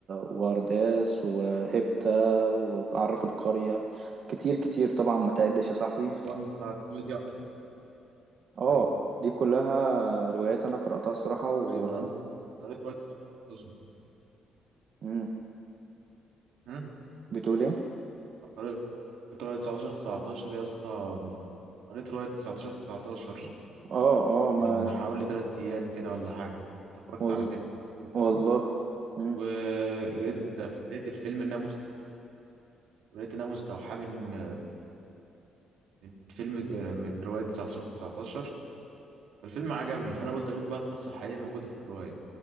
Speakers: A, on the right (about 55°); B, on the right (about 80°).
A: وارداس وهيبتا وعراف القريه كتير كتير طبعا ما تعدش يا صاحبي
B: ايوه انت دي قضيتك
A: اه
B: ايوه
A: دي كلها روايات انا قراتها الصراحه و
B: ايوه انا قريت أنا قريت رواية 19
A: مم.
B: هم؟
A: بتقول ايه
B: قريت رواية 19 19 يا اسطى قريت رواية 19 19
A: اه اه ما
B: من حوالي تلات أيام كده ولا حاجة كنت اتفرجت
A: وال...
B: على فيلم كويسين،
A: والله مم.
B: ولقيت في بداية الفيلم إنها مستوحاة لقيت إنها مستوحاة من من فيلم من رواية 19 19 فالفيلم عجبني فأنا قلت أشوف بقى القصة الحقيقية الموجودة في الرواية